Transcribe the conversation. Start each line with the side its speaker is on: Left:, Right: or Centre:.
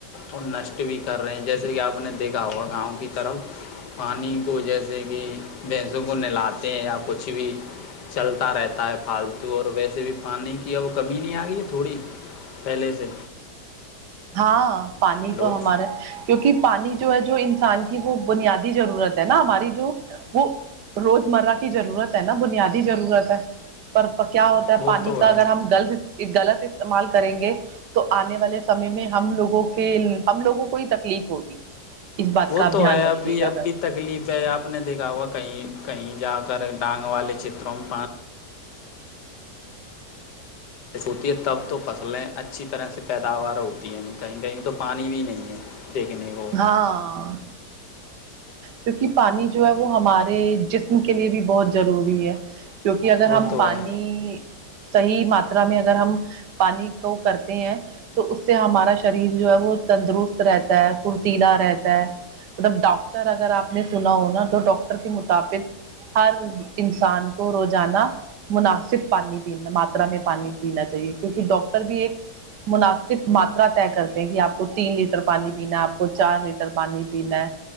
Left: اور نشٹ بھی کر رہے ہیں جیسے کہ آپ نے دیکھا ہوا گاؤں کی طرف پانی کو جیسے کہ بھینسوں کو نہلاتے ہیں یا کچھ بھی چلتا رہتا ہے پالتو اور ویسے بھی پانی کی اب کمی نہیں آ گئی ہے تھوڑی پہلے سے
Right: ہاں پانی
Left: ہلو
Right: تو ہمارے کیونکہ پانی جو ہے جو انسان کی وہ بنیادی ضرورت ہے نا ہماری جو وہ روز مرہ کی ضرورت ہے نا بنیادی ضرورت ہے پر <unintelligible> کیا ہوتا ہے
Left: وہ
Right: پانی
Left: تو
Right: کا
Left: ہے
Right: اگر ہملط غلط <unintelligible> استعمال کریں گے تو آنے والے سمے میں ہم لوگوں کے ہم لوگوں کو ہی تکلیف ہوگی <unintelligible>
Left: وہ
Right: کا آپ
Left: تو
Right: دھیان
Left: ہے
Right: رکھیے
Left: ابھی
Right: گا
Left: اب
Right: گھر
Left: بھی تکلیف ہے آپ نے دیکھا ہوا کہیں کہیں جا کر ڈانگ والے چتروں میں پ س ہوتی ہے تب تو فصلیں اچھی طرح سے پیداوار ہوتی ہے کہیں کہیں تو پانی بھی نہیں ہے دیکھنے کو
Right: ہاں کیونکہ پانی جو ہے وہ ہمارے جسم کے لیے بھی بہت ضروری ہے کیونکہ اگر
Left: وہ
Right: ہم
Left: تو
Right: پانی
Left: ہے
Right: <unintelligible> صحیح ماترا میں اگر ہم پانی کو کرتے ہیں تو اس سے ہمارا شریر جو ہے وہ تندرست رہتا ہے <unintelligible> پھرتیلا رہتا ہے مطلب ڈاکٹر اگر آپ نے سنا ہو نا تو ڈاکٹر کے مطابق ہر انسان کو روزانہ مناسب پانی پین ماترا میں پانی پینا چاہیے کیونکہ ڈاکٹر <unintelligible> بھی ایک مناسب <unintelligible> صرف ماترا طے کرتے ہیں کہ آپ کو تین لیٹر پانی پینا آپ <unintelligible> کو چار لیٹر پانی پینا ہے